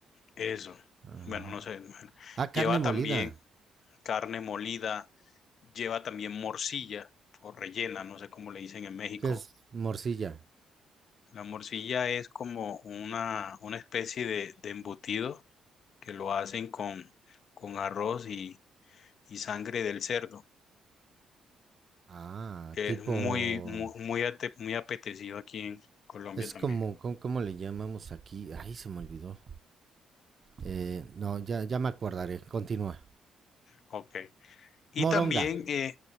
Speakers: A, on the left; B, on the right.
A: eso,
B: Ah,
A: bueno, no sé, bueno,
B: Ah,
A: lleva
B: carne
A: también
B: molida,
A: carne molida, lleva también morcilla o rellena, no sé cómo le dicen en México.
B: que es morcilla.
A: La morcilla es como una, una especie de, de embutido que lo hacen con, con arroz y, y sangre del cerdo,
B: Ah,
A: que
B: tipo,
A: es muy, muy, muy, ate- muy apetecido aquí en Colombia
B: es
A: también.
B: como, ¿cómo, cómo le llamamos aquí? Ay, se me olvidó. Eh, no, ya, ya me acordaré, continúa.
A: Ok. Y
B: Moronga,
A: también, eh,